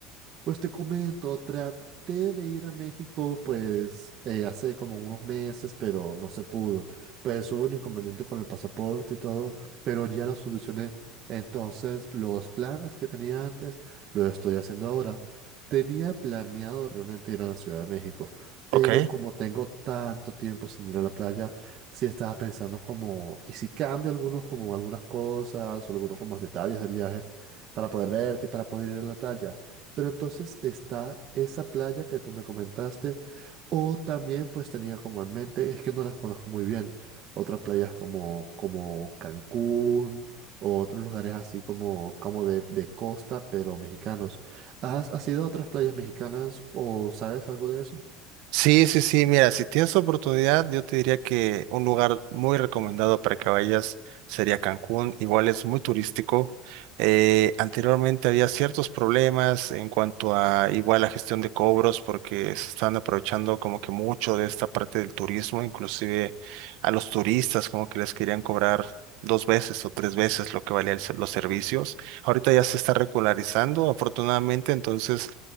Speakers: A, on the right; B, on the right.
A: Pues te comento, traté de ir a México pues eh, hace como unos meses, pero no se pudo. Pues hubo un inconveniente con el pasaporte y todo, pero ya lo solucioné. Entonces, los planes que tenía antes, lo estoy haciendo ahora. Tenía planeado realmente ir a la Ciudad de México, pero
B: Ok.
A: como tengo tanto tiempo sin ir a la playa, sí estaba pensando como, ¿y si cambio algunos como algunas cosas o algunos como detalles del viaje para poder verte y para poder ir a la playa? Pero entonces está esa playa que tú me comentaste, o también pues tenía como en mente, es que no las conozco muy bien, otras playas como, como Cancún o otros lugares así como, como de, de costa, pero mexicanos. ¿Has, has ido a otras playas mexicanas o sabes algo de eso?
B: Sí, sí, sí, mira, si tienes oportunidad, yo te diría que un lugar muy recomendado para que vayas sería Cancún, igual es muy turístico. Eh, anteriormente había ciertos problemas en cuanto a igual la gestión de cobros porque se están aprovechando como que mucho de esta parte del turismo, inclusive a los turistas como que les querían cobrar dos veces o tres veces lo que valían los servicios. Ahorita ya se está regularizando, afortunadamente, entonces